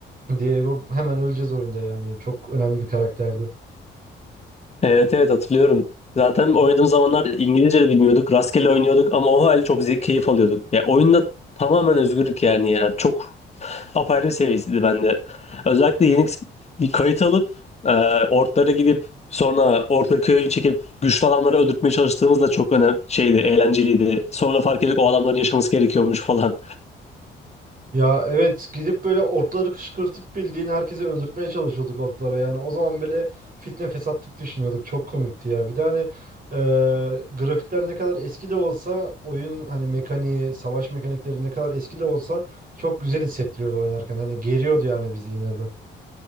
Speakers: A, on the right (about 45°); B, on the left (about 35°).
A: Diego hemen öleceğiz oyunda yani. Çok önemli bir karakterdi.
B: Evet evet hatırlıyorum. Zaten oynadığım zamanlar İngilizce de bilmiyorduk. Rastgele oynuyorduk ama o hal çok zevk keyif alıyorduk. Ya oyunda tamamen özgürlük yani ya. Çok apayrı bir seviyesiydi bende. Özellikle yeni bir kayıt alıp e, ortlara gidip sonra orta köyü çekip güçlü adamları öldürtmeye çalıştığımız da çok önemli şeydi, eğlenceliydi. Sonra fark ettik o adamların yaşaması gerekiyormuş falan.
A: Ya evet gidip böyle orkları kışkırtıp bildiğin herkese öldürtmeye çalışıyorduk orklara yani o zaman böyle fitne fesatlık düşünüyorduk çok komikti ya bir de hani e, grafikler ne kadar eski de olsa oyun hani mekaniği savaş mekanikleri ne kadar eski de olsa çok güzel hissettiriyordu oynarken hani geriyordu yani bizi yine de.